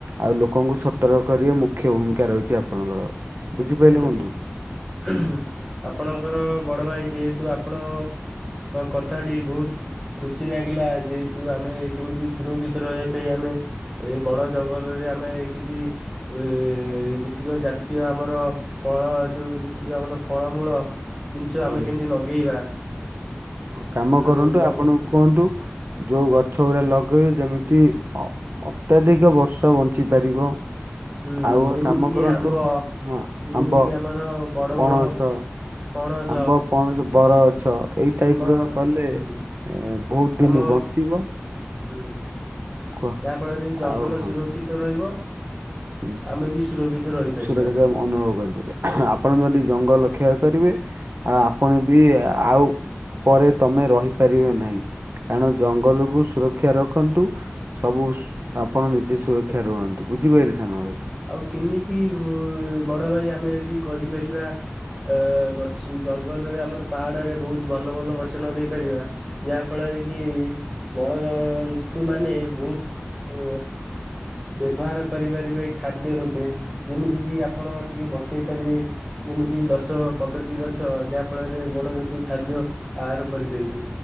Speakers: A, on the right; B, on the right.
A: ଆଉ ଲୋକଙ୍କୁ ସତର୍କ କରିବେ ମୁଖ୍ୟ ଭୂମିକା ରହିଚି ଆପଣଙ୍କର। ବୁଝିପାରିଲେ
B: ଆମେ
A: ବନ୍ଧୁ?
B: ତ ଆପଣଙ୍କର ବଡ ଭାଇ ଯେହେତୁ ଆପଣ କଥାଟି ବୋହୁତ ଖୁସି ଲାଗିଲା ଆଜି ଯେହେତୁ ଆମେ କେମିତି ସୁରକ୍ଷିତ ରହିବା ପାଇଁ ଆମେ ଏଇ ବଣ ଜଙ୍ଗଲରେ ଆମେ କିଛି ଏ ଯେତିକି ଜାତୀୟ ଆମର ଫଳ ଯୋଉ ଯେତିକି ଆମର ଫଳମୂଳ ଜିନିଷ ଆମେ
A: ଆଜ୍ଞା।
B: କେମିତି ନଗେଇବା।
A: କାମ
B: ହୁଁ
A: କରନ୍ତୁ
B: ଜଙ୍ଗ
A: ଆପଣଙ୍କୁ କୁହନ୍ତୁ ଯୋଉ ଗଛ ଗୁଡା ଲଗେଇବେ ଯେମିତି ଅ ଅତ୍ୟଧିକ ବର୍ଷ ବଞ୍ଚି ପାରିବ।
B: ହୁଁ
A: ଆଉ ଗୋଟେ
B: ଯେମିତି
A: କାମ
B: କିି
A: କରନ୍ତୁ।
B: ଆମ୍ବ
A: ହଁ
B: ଯେମିତି
A: ଆମ୍ବ
B: କିି ଆମର
A: ପଣସ,
B: ବଡ ପଣସ
A: ଆମ୍ବ, ପଣସ, ବରଗଛ ଏଇ ଟାଇପର
B: ବର
A: କଲେ
B: ହୁଁ
A: ବୋହୁତ
B: ଆମ
A: ଦିନ ବଞ୍ଚିବ।
B: ହୁଁ
A: କୁହ
B: ଯାହା ଫଳରେ ଏଇ ଜଙ୍ଗଲ
A: ଆଉ ହଁ
B: ସୁରକ୍ଷିତ ରହିବ।
A: ହୁଁ,
B: ଆମେ ବି ସୁରକ୍ଷିତ ରହିପାରିବା।
A: ସୁରକ୍ଷିତ ଅନୁଭବ କରିପାରିବା‌। ଆପଣ ଯଦି ଜଙ୍ଗଲ ରକ୍ଷା କରିବେ। ଆଉ ଆପଣ ବି ଆଉ ପରେ ତମେ ରହିପାରିବେ ନାହିଁ କାରଣ ଜଙ୍ଗଲକୁ ସୁରକ୍ଷା ରଖନ୍ତୁ। ସବୁ ଆପଣ ନିଜେ ସୁରକ୍ଷା ରୁହନ୍ତୁ ବୁଝିପାଇଲେ ସାନଭାଇ।
B: ଆଉ କେମିତି ବଡଭାଇ ଆମେ ଯଦି କରିପାରିବା ଏ ଗଛ ଜଙ୍ଗଲରେ ଆମର ପାହାଡରେ ବୋହୁତ ଭଲ ଭଲ ଗଛ ଲଗେଇ ପାରିବା। ଯାହା ଫଳରେ କି ବଣଜନ୍ତୁ ମାନେ ବୋହୁତ ଓ ବ୍ୟବହାର କରିପାରିବେ। ଖାଦ୍ୟ ରୂପେ ଯେମିତି କିି ଆପଣ ଟିକେ ବତେଇ ପାରିବେ। ଯେମିତି ଦଶ ପନ୍ଦରଟି ଗଛ ଯାହା ଫଳରେ ବଣଜନ୍ତୁ ଖାଦ୍ୟ ଆହାର କରିପାରିବେ।